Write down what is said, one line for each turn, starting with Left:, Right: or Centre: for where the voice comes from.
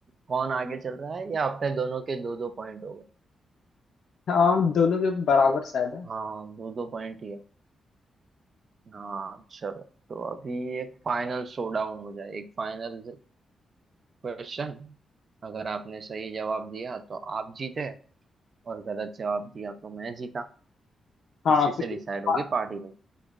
Right: कौन आगे चल रहा है या अपने दोनों के दो दो पॉइंट हो गए
Left: हाँ हम दोनों के बराबर शायद है
Right: हाँ दो दो पॉइंट ही है हाँ चलो तो अभी एक फाइनल शोडाउन हो जाए एक फाइनल क्वेश्चन अगर आपने सही जवाब दिया तो आप जीते और गलत जवाब दिया तो मैं जीता
Left: हाँ
Right: इसी से
Left: तो इस
Right: डिसाइड
Left: बार
Right: होगी पार्टी में